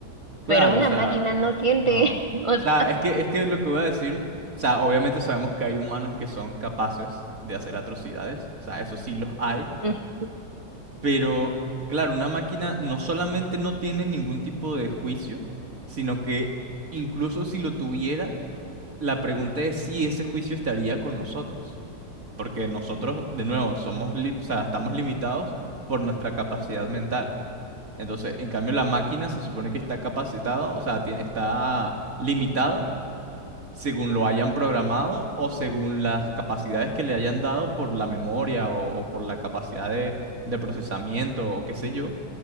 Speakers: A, on the right; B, on the right.
A: Claro,
B: Pero una
A: o sea,
B: máquina no siente.
A: no. O
B: <laughs> o sea,
A: sea, es que, es que lo que voy a decir, o sea, obviamente sabemos que hay humanos que son capaces de hacer atrocidades. O sea, eso sí los hay.
B: <laughs>
A: Pero, claro, una máquina no solamente no tiene ningún tipo de juicio, sino que incluso si lo tuviera, la pregunta es si ese juicio estaría con nosotros. Porque nosotros, de nuevo, somos, li- o sea, estamos limitados por nuestra capacidad mental. Entonces, en cambio, la máquina se supone que está capacitada, o sea, tie- está limitada según lo hayan programado o según las capacidades que le hayan dado por la memoria o, o por la capacidad de, de procesamiento o qué sé yo.